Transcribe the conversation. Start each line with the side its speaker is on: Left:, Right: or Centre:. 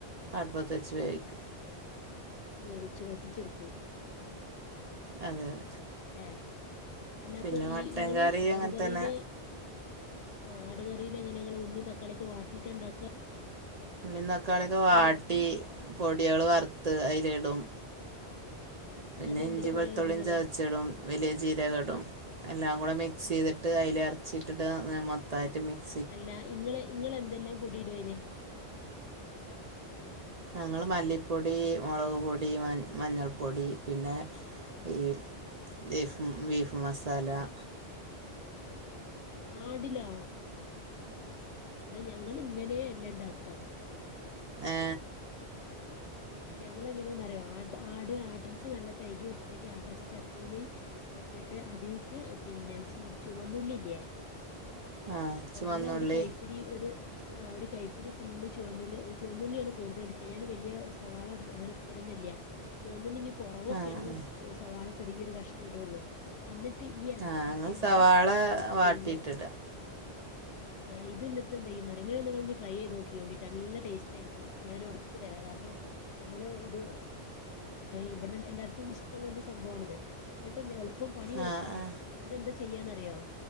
Right: അട്പ്പത്ത്ച്ച് വേവിക്ക
Left: വേവിച്ചു വറ്റിച്ചെടുക്കൊ
Right: അതെ അതെ
Left: ഏ അല്ലാപ്പൊ
Right: പിന്നെ മട്ടൻ
Left: ഈ ഇങ്ങള്
Right: കറി
Left: ആടുക
Right: അങ്ങനെ തന്നെ
Left: റീല് ആ ആട് കറിയില്എങ്ങനെങ്ങള് ഉള്ളിം തക്കാളിംഒക്കെ വാട്ടീട്ടാ ണ്ടാക്ക
Right: ഉള്ളിം തക്കാളിയൊക്കെ വാട്ടി
Left: എറച്ചി?
Right: പൊട്യള് വർത്ത് അയിലിടും. പിന്നെ
Left: അതെന്തൊക്കെ
Right: ഇഞ്ചി വെളുത്തുള്ളിം
Left: പൊടിയാളിടും ഇങ്ങള്?
Right: ചതച്ചിടും വലിയ ചീരകടും എല്ലാം കൂടെ മിക്സ് ചെയ്തിട്ട് അയില് എറച്ചിട്ടിട്ട് മൊത്തായിട്ട് മിക്
Left: അല്ല ഇങ്ങള് ഇങ്ങള്എന്തെല്ലാം പൊടിടും ആയില്
Right: ഞങ്ങള് മല്ലിപ്പൊടി, മുളക് പൊടി, മഞ്ഞൾപ്പൊടി, പിന്നെ ഈ ബീഫ് ബീഫ് മസാലങ്ങന
Left: ആടിലൊ ന്നാ ഞങ്ങള് ഇങ്ങനേയല്ല ണ്ടാക്ക
Right: ഏ
Left: ഞങ്ങള് എങ്ങനെയെന്നറിയോ ആ ആട് ആട്ടറിച്ച് നല്ല കൈകി വൃത്തിയാക്കി ആട്ടറിച്ച് ചട്ടീല് ഇട്ടിട്ട് അ തീക്ക് പിന്നെ ചീ ചുവന്നുള്ളില്ലേ
Right: ആ ചുവന്നുള്ളി
Left: നമ്മളെ ഒരു കൈപ്പിടി ഒരു ആ ഒരു കൈപ്പിടി ഫുളള്ചുവന്നുള്ളി ചുവന്നുള്ളിയാണ് കൂടുതൽ ട്ക്ക ഞാന് വലിയ സവാള അങ്ങനെ ട് കേ ട്‌കലന്നെല്ല ചുവന്നുള്ളിഇനി കുറവൊക്കെ
Right: ആ ആ
Left: ആണെങ്കിൽ സവാള ചെറിയൊരു കഷ്ണ ടൊള്ളൂ അന്നിട്ട് ഈ എറച്ചീക്കന്നെ
Right: ആ ഞങ്ങൾ സവാള
Left: ഏ
Right: വാട്ടിയിട്ടിടുക
Left: പിന്നെ ആ് ഇതന്നട്ട് ന്തെയ്യുംന്നറൊ ഇങ്ങള്ങ്ങനെ ഒന്ന് ട്രൈ ചെയ്ത് നോക്കിയോണ്ടിട്ടോ നല്ല ടേസ്റ്റ് ആയിരിക്കുംഞൻ ഉറപ്പ് തരാം കാരണം നമ്മള് ഇത് ഇവിടെ എല്ലാർക്കും ഇഷ്ടപ്പെടുന്ന സംഭവാണിത് എന്നിട്ട് എളുപ്പം പണിയും
Right: ആ
Left: എളുപ്പമാണ്
Right: ആ
Left: ന്നട്ട് എന്താ ചെയ്യാന്നറിയോ